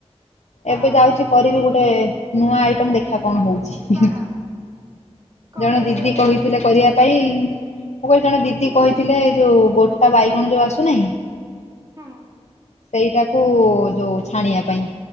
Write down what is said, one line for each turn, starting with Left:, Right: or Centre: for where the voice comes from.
Right: ହଁ
Left: ଏବେ ଯାଉଚି କରିବି ଗୋଟେ ନୂଆ ଆଇଟମ୍ ଦେଖିଆ କଣ ହଉଚି।
Right: କଣ
Left: ହୁ
Right: କଣ
Left: ଜଣେ
Right: କରିବ
Left: ଦିଦି
Right: ଏବେ?
Left: କହିଥିଲେ କରିବା ପାଇଁ ମୁଁ କହିଲି ଜଣେ ଦିଦି କହିଥିଲେ ଯୋଉ ଗୋଟା ବାଇଗଣ ଯୋଉ ଆସୁନାହିଁ
Right: ହଁ।
Left: ସେଇଟାକୁ ଯୋଉ ଛାଣିବା ପାଇଁ।